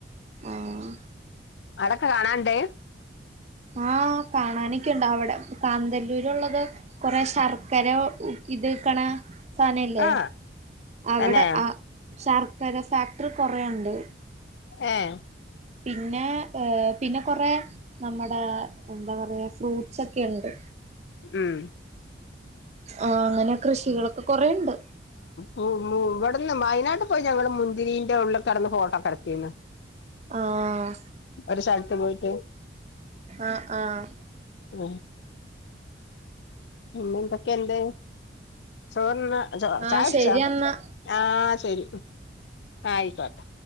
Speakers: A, on the right; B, on the left.
A: ആഹ്
B: അവിടൊക്കെ കാണാണ്ട്.
A: ആഹ് കാണാനൊക്കെയുണ്ട് അവിടെ കാന്തല്ലൂരുള്ളത്. കൊറെേ ശർക്കര ഇത്ക്കണ സനല്ലേ
B: ആ
A: അവിടെ
B: തന്നെ
A: ആ ശർക്കര ഫാക്ടറി കുറെേുണ്ട്
B: ആഹ്
A: പിന്നെ ഏ പിന്നെ കൊറെ നമ്മുടെ എന്താ പറയാ ഫ്രൂട്ട്സ് ഒക്കെ ഉണ്ട്.
B: ഉം
A: ആ അങ്ങനെ കൃഷികളൊക്കെ കൊറെുണ്ട്.
B: ഇവിടുന്ന് വയനാട്ട് പോയി ഞങ്ങള് മുന്തിരിൻ ഉള്ളിക്കെ ഇടന്ന് ഫോട്ടോക്കെ എടത്തിന്ന്.
A: ആഹ്
B: ഒരു സ്ഥലത്ത് പോയിററ്
A: ആഹ് ആഹ്
B: ഓ പിന്നെന്തൊക്കെ എന്ത് ചോറിന്ന്
A: ആഹ്
B: ചായ കുടിചോ
A: ശരി എന്നാ
B: ആഹ് ശരി ആയിക്കോട്ടെ